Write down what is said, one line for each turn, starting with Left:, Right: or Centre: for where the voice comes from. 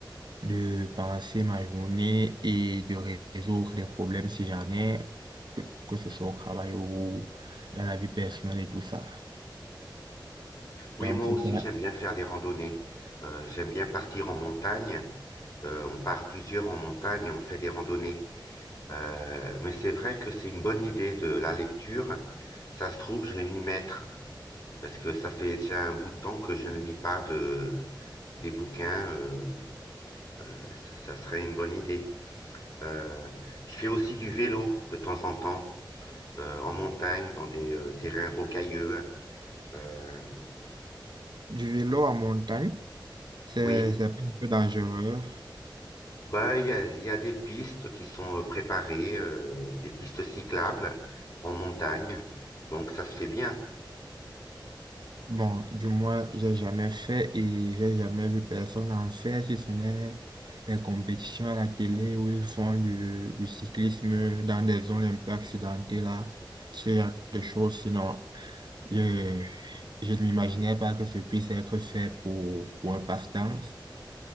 Right: de passer ma journée et de ré- résoudre des problèmes si j'en ai, que, que ce soit au travail ou dans la vie personnelle et tout ça.
Left: Oui,
Right: Donc,
Left: moi
Right: c'est
Left: aussi,
Right: ça.
Left: j'aime bien faire des randonnées. Euh, j'aime bien partir en montagne. Euh, on part plusieurs en montagne et on fait des randonnées. Euh, mais c'est vrai que c'est une bonne idée de la lecture. Ça se trouve, je vais m'y mettre parce que ça fait déjà un bout de temps que je ne lis pas de, des bouquins. euh, euh, ça, ça serait une bonne idée. Euh, je fais aussi du vélo de temps en temps euh, en montagne, dans des euh, terrains rocailleux. Euh,
Right: Du vélo en montagne, c'est
Left: oui,
Right: c'est un peu dangereux
Left: Bah, il y a, il y a des pistes qui sont euh, préparées, euh, des pistes cyclables en montagne, donc ça se fait bien.
Right: Bon, du moins, j'ai jamais fait et j'ai jamais vu personne en faire, si ce n'est les compétitions à la télé où ils font du, du cyclisme dans des zones un peu accidentées là, ce genre de choses. Sinon, je, je ne m'imaginais pas que ce puisse être fait pour, pour un passe-temps.